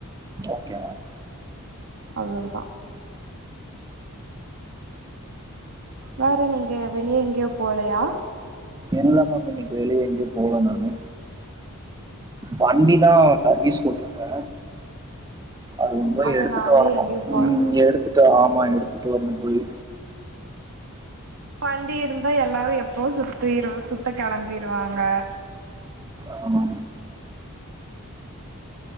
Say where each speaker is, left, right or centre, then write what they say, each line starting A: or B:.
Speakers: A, on the right; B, on the right.
A: ஓகே மேம்
B: அவ்வளவுதான் வேற நீங்க வெளிய எங்கயும் போலயா?
A: இல்ல மேம் இன்னைக்கு வெளிய எங்கியும் போல நானு வண்டிதா சர்வீஸ் போட்ருக்க அது ரொம்ப
B: அதனால
A: எடுத்துட்டு வரணும்
B: எங்கேயு போல
A: ம் எடுத்து ட்டு ஆமா எடுத்துட்டு வரணும் போய்
B: வண்டி இருந்தா எல்லாரு எப்போ சுத்திரு சுத்த கெளம்பிருவாங்க.
A: ஆமா.